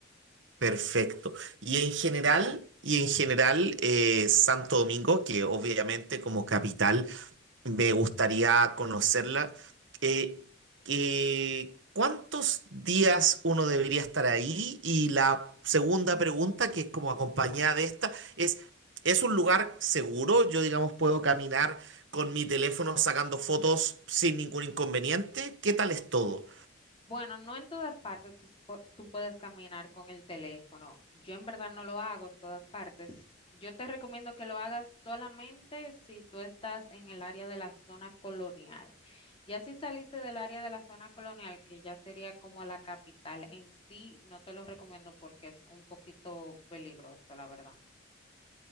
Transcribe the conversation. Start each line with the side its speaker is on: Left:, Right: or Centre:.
Right: Perfecto. Y en general, y en general, eh, Santo Domingo, que obviamente como capital Me gustaría conocerla. Eh, que- ¿cuántos días uno debería estar ahí? Y la segunda pregunta, que es como acompañada de esta, es, ¿es un lugar seguro? Yo, digamos, puedo caminar con mi teléfono sacando fotos sin ningún inconveniente. ¿Qué tal es todo?
Left: Bueno, no en todas partes tú, po- tú puedes caminar con el teléfono. Yo en verdad no lo hago en todas partes. Yo te recomiendo que lo hagas solamente si tú estás en el área de la zona colonial. Ya si saliste del área de la zona colonial, que ya sería como la capital en sí, no te lo recomiendo porque es un poquito peligroso, la verdad.